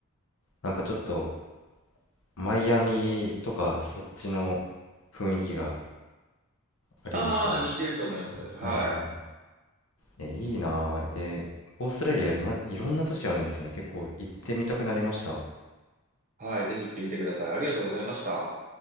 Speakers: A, on the left; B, on the right.
A: なんかちょっとマイアミとかそっちの雰囲気がありますね。
B: ああ、似てると思います。
A: うんはいはいはい。
B: はい。
A: え、いいなあえーオーストラリア、ま、いろんな都市あるんですね。結構行ってみたくなりました。
B: はい、ぜひ行ってみてください。ありがとうございました。